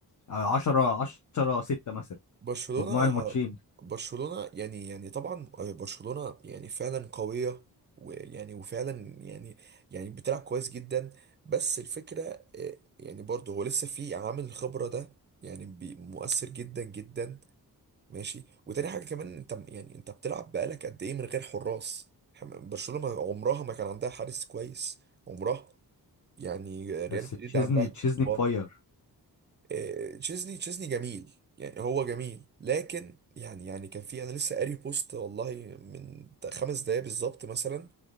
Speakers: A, on the left (about 50°); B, on the right (about 30°).
A: 10 10 6 مثلا
B: برشلونة
A: مجموع الماتشين
B: برشلونة يعني يعني طبعا آه، برشلونة يعني فعلا قوية ويعني وفعلا يعني يعني بتلعب كويس جدا بس الفكرة آه، يعني برضه هو لسه في عامل الخبرة ده يعني بي- مؤثر جدا جدا ماشي وتاني حاجة كمان انت يعني انت بتلعب بقالك قد ايه من غير حراس حم- برشلونة ما- عمرها ما كان عندها حارس كويس عمرها يعني ريال
A: بس
B: مدريد
A: تشيزني
B: عندها كورتوا
A: تشيزني مفير
B: آه، تشيزني تشيزني جميل يعني هو جميل لكن يعني يعني كان في انا لسه قاري بوست والله من خمس دقايق بالظبط مثلا